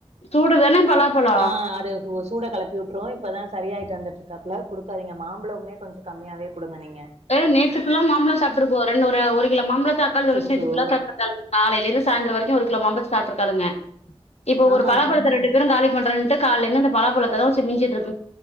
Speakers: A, on the left; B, on the right.
A: சூடுதான பலாப்பழ
B: ஆ அத <unintelligible> சூட களப்பி விட்டுரு இப்பதா சரியாயிட்டு வந்துட்டு இருக்காப்புல குடுக் காதிங்க மாம்பழமே கொஞ்ச கம்மியாவே குடுங்க நீங்
A: அ நேத்து ஃபுல்லா மாம்பழ சாப்பிட்ருக்கோ ரெண்டு ஒரு ஒரு கிலோ மாம்பழத்த அக்காலு
B: அச்சச்சோ
A: தங்கச்சியு நேத்து ஃபுல்லாசாப்ட்ருகாளுங்க காலைலிருந்து சாயந்தர வரைக் ஒரு கிலோ மாம்பழத்த சாப்ட்டுருக்காளுங்க இப்போ ஒரு
B: ஆஹா
A: பலாப்பழத்த ரெண்டு பேருங்காலிப் பண்றன்ட்டு காலைலருந்து அந்த பலாபழத்த எல்லா வெச்சு மிஞ்சிட்ருக்கு